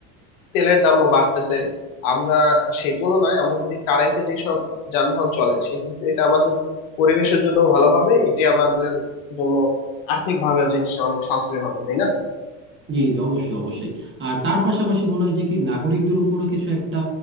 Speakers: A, on the left (about 85°); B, on the right (about 30°).
A: তেলের দামও বাড়তেছে আমরা সেই তুলনায় আমরা যদি কারেন্টে যেসব যানবাহন চলে সেক্ষেত্রে এটা আমাদের পরিবেশের জন্য ভালো হবে এটি আমাদের জন্য আর্থিক ভাবে জিনিসটা অনেক সাশ্রয় হবে তাই না
B: জি জি অবশ্যই অবশ্যই আর তার পাশাপাশি মনে হয় যে কি নাগরিকদের উপরও কিছু একটা